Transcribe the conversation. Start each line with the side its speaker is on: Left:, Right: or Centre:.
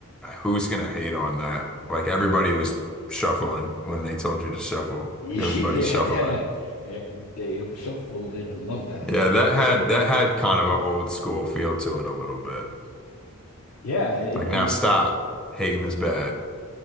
Centre: who's gonna hate on that? Like everybody was shuffling when they told you to shuffle.
Left: Yeah.
Centre: Everybody's shuffling.
Left: Every day I'm shuffled. I love that,
Centre: Yeah,
Left: man.
Centre: that had that had kind of an old school feel to it a little bit.
Left: Yeah, it,
Centre: Like now
Left: and
Centre: stop. Hating is bad.